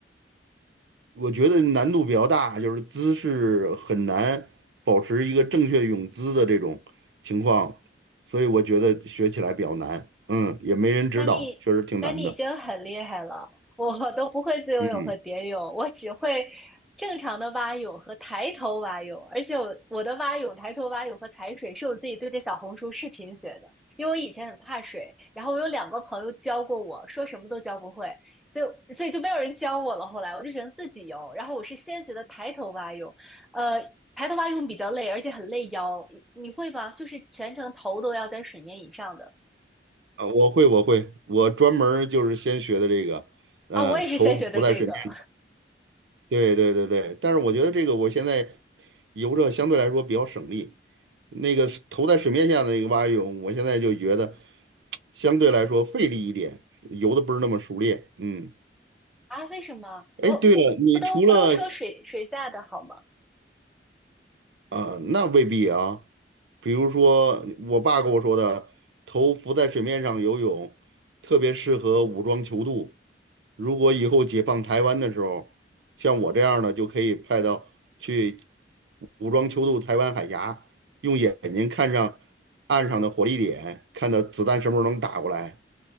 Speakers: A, on the right; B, in the centre.
A: 我觉得难度比较大，就是姿势很难保持一个正确泳姿的这种情况，所以我觉得学起来比较难。嗯，也没人指导，
B: 那你那你已经很厉害了，
A: 确实挺难的。
B: 我都不会自由泳和蝶泳，
A: 嗯。
B: 我只会正常的蛙泳和抬头蛙泳，而且我我的蛙泳、抬头蛙泳和踩水是我自己对着小红书视频学的，因为我以前很怕水，然后我有两个朋友教过我，说什么都教不会，所以所以就没有人教我了。后来我就只能自己游，然后我是先学的抬头蛙泳，呃，抬头蛙泳比较累，而且很累腰，你你会吗？就是全程头都要在水面以上的。
A: 啊，我会，我会，我专门儿就是先学的这个，嗯，
B: 啊、我也是先学的这个。
A: 头浮在水面上。对对对对，但是我觉得这个我现在游着相对来说比较省力，那个是头在水面下的那个蛙泳，我现在就觉得相对来说费力一点，游的不是那么熟练。嗯，
B: 啊？为什么？
A: 哎，
B: 我我不都不都说水水下的好吗？
A: 对了，你除了啊、呃那未必啊，比如说我爸跟我说的，头浮在水面上游泳特别适合武装泅渡。如果以后解放台湾的时候，像我这样的就可以派到去武装泅渡台湾海峡，用眼睛看上岸上的火力点，看到子弹什么时候能打过来。